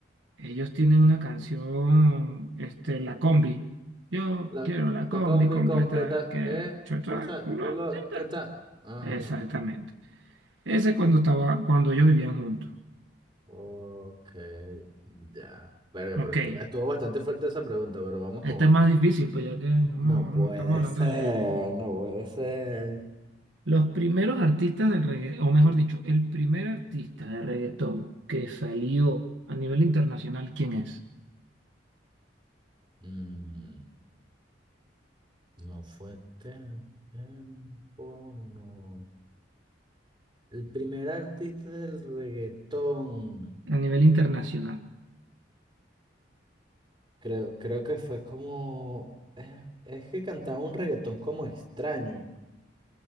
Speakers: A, on the right; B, on the right.
A: ellos tienen una canción, este, La Combi. Yo
B: La,
A: quiero la combi
B: la combi
A: completa
B: completa,
A: que
B: ¿eh?
A: cha, cha,
B: O sea,
A: culo,
B: culo,
A: teta.
B: teta. Ajá.
A: Exactamente. Ese es cuando estaba, cuando ellos vivían juntos.
B: Ok, ya. Verga,
A: Ok.
B: pero estu- estuvo bastante fuerte esa pregunta, pero vamos
A: Esta
B: con otra.
A: es más difícil, pues ya que vamos-
B: No puede
A: vamos- estamos hablando
B: ser,
A: del género.
B: no puede ser.
A: Los primeros artistas del reggaetón, o mejor dicho, el primer artista de reggaetón que salió a nivel internacional, ¿quién es?
B: Mm, no fue tan- tiempo, no. El primer artista del reggaetón.
A: A nivel internacional.
B: Creo, creo que fue como... Es, es que cantaba un reggaetón como extraño.